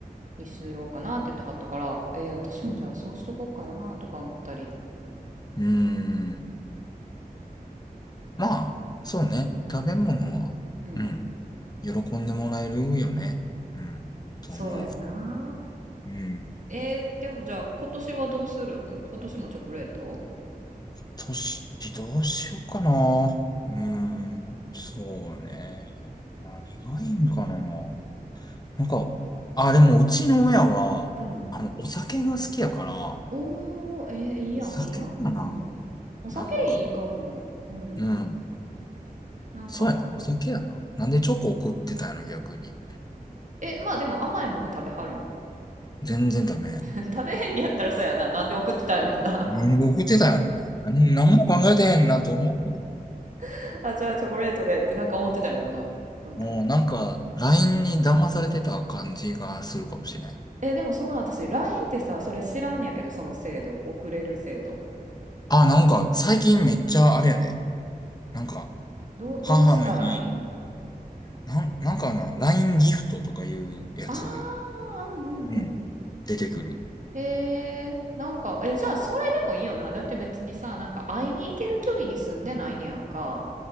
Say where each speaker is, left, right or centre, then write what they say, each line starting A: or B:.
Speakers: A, on the right; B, on the left.
A: にしようかなって言ってはったから、えー私もじゃあそうしとこうかなとか思ったり。
B: うん。うんまあ、そうね。食べ物は、
A: うん。
B: うん。喜んでもらえるよね。うん。と思う。
A: そうやなー
B: うん。
A: えーでもじゃあ今年はどうするん今年もチョコレート
B: 年、どうしようかな。うん。そうね。何がいいんかな。なんか、あ、でも、うちの親は、
A: うん。
B: あの、お酒が好きやから、
A: おー、えーいいやん、
B: お酒かな。
A: いいやん。うん。お酒いいかも。
B: なんか、
A: うん。
B: うん。
A: なんか、
B: そうやな。お酒やな。なんでチョコ送ってたんやろ、逆に。
A: え、まあでも甘いもの食べはるん
B: 全然ダメ。
A: <laughs> 食べへんにやったらそうやな。なんで送ってたんやろな。
B: 送僕ってたよな。何、何も考えてへんなと思
A: <laughs> あ、じゃあチョコレートでってなんか思ってたんやろな。なんか。
B: う。もうなんか、LINE に騙されてた感じがするかもしれない。
A: えでもその私、LINE ってさ、それ知らんやけど、その制度、送れる制度。
B: あ、なんか、最近めっちゃあれやで。なんか、
A: どう、
B: 母の日、
A: どうしたらいいん
B: なん、なんかな、LINE ギフトとかいうやつ、
A: ああー、うんうんうん。
B: うん、出てくる。
A: へえ、なんか、え、じゃあそれでもいいよな。だって別にさ、なんか会いに行ける距離に住んでないねやんか。